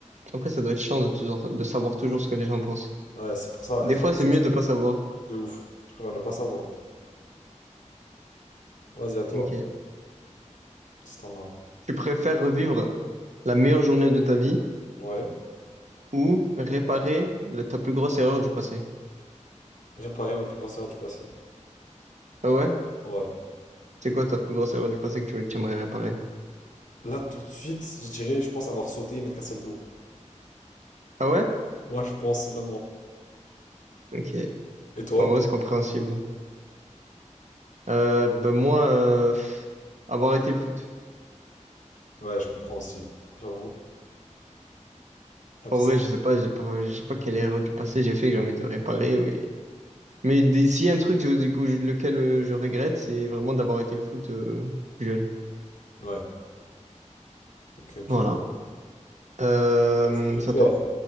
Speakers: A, on the right; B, on the left.
A: Après, ça doit être chiant de, toujours, de savoir toujours ce que les gens pensent.
B: Ouais, c'est pour ça,
A: Des
B: être
A: fois,
B: invisible,
A: c'est mieux
B: c'est
A: de pas savoir.
B: de ouf. Je préfère ne pas savoir. Vas-y, à toi.
A: Ok.
B: Si t'en as
A: Tu préfères revivre la meilleure journée de ta vie
B: un. Ouais.
A: ou réparer la- ta plus grosse erreur du passé?
B: Réparer ma plus grosse erreur du passé.
A: Ah ouais?
B: Ouais.
A: C'est quoi ta plus grosse erreur du passé que tu tu aimerais réparer?
B: Là, tout de suite, je dirais, je pense avoir sauté et m'être cassé le dos.
A: Ah ouais?
B: Ouais, je pense vraiment.
A: Ok.
B: Et toi?
A: En vrai, c'est compréhensible. Euh, ben moi, euh, pff, avoir arrêté le foot.
B: Ouais, je comprends aussi. J'avoue. Ah, parce
A: En vrai,
B: que-
A: je sais pas, j'ai pas, je sais pas quelle erreur du passé j'ai fait que j'ai envie de réparer, mais mais des- s'il y a un truc je- du coup, je- lequel euh, je regrette, c'est vraiment d'avoir arrêté le foot euh, plus jeune.
B: Ouais. Ok, ok.
A: Voilà. Euh,
B: Je
A: c'est
B: préfère
A: à toi.